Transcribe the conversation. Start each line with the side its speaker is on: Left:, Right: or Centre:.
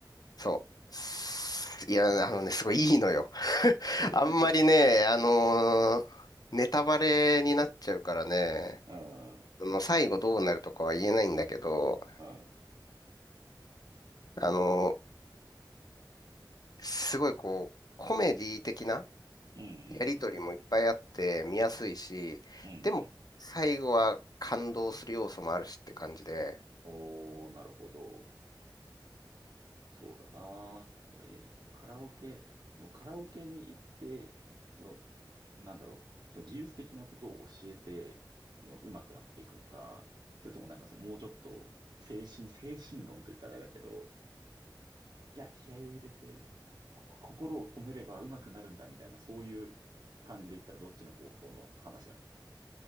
Left: そう。すいや、あのね、すごいいいのよ。<laughs>
Right: <laughs>
Left: あんまりね、あのーネタバレになっちゃうからね、
Right: うん。うん。
Left: その最後どうなるとかは言えないんだけど、
Right: うん。
Left: あの、すごいこう、コメディ的な
Right: うん。う
Left: やりとりもいっぱいあって見やすいし、
Right: ん。うん。うん
Left: でも最後は感動する要素もあるしって感じで、
Right: おー、なるほど。そうだな。でもえーカラオケ、もうカラオケに行って、その、なんだろう、その技術的なことを教えて、その、上手くなっていくのか、それともなんかその、もうちょっと、精神、精神論と言ったらあれだけど、いや、気合を入れて、こ心を込めれば上手くなるんだみたいな、そういう感じで言ったらどっちの方向の話なの